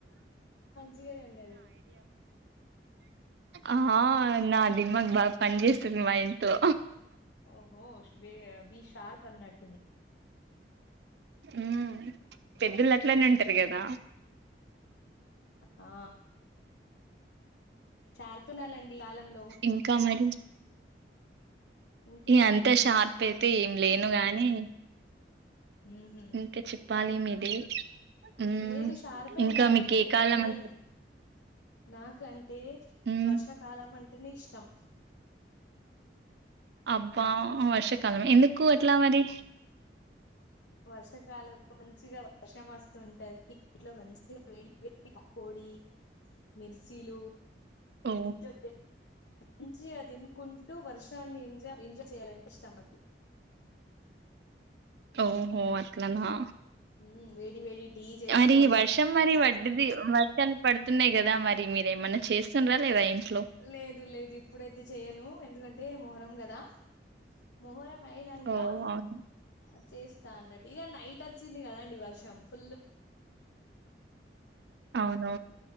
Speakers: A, on the left; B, on the right.
A: జిగానే ఉన్నది
B: ఆ నాదిమ్మగ్ బాగా పన్ జేస్తది మైండ్ తో
A: ఓహో ష్ బీ బీషార్ప్ అన్నట్టుంది
B: ఊ పెద్దుళ్ళ్ అట్లనే అంటార్ గదా
A: ఆ చార్ప్తుండాలండి ఈ కాలంలో
B: ఇంకా మరి
A: ఇంకా
B: ఇహంతే
A: ఏంటిది
B: షార్పైతే
A: చెప్పాలి
B: ఏం లేను గాని
A: ఉహు
B: ఇంకా చెప్పాలి మీదే మ్మ్
A: లేదు షార్పే
B: ఇంకా
A: ఉండాలి
B: మీకు
A: ఎందుకంటే
B: ఏ కాలం అంటే
A: నాకంటే
B: మ్మ్
A: వర్షాకాలం అంటెనే ఇష్టం
B: అబ్బా
A: వర్ష
B: వర్షాకాలమ ఎందుకు అట్లా మరి
A: వర్షాకాలంలో మంచిగా వర్షం వస్తుంటే అది ఇంట్లో మంచిగా వేడివేడి పకోడీ మిర్సీలు
B: ఓ
A: ఇంట్లో మంచిగా దినుకుంటూ వర్షాన్ని ఎంజా ఎంజాయ్ చేయాలంటే ఇష్టం నాకు
B: ఓహో అట్లనా
A: ఉ వేడి వేడి టీ చేసుకొని
B: అడిగి వర్షం మరి వడ్డది వర్షాలు పడుతున్నాయ్ గదా మరి మీరు ఏమన్నా చేస్తుండ్రా లేదా ఇంట్లో
A: లేదు లేదు ఇప్పుడైతే చెయ్యను ఎందుకంటే మోహరం గదా మొహరం అయినంకా
B: ఓ అవును
A: ఆ చేస్తా అన్నది ఇగ నైటొచ్చింది గదా అండి వర్షం ఫుల్లు
B: అవును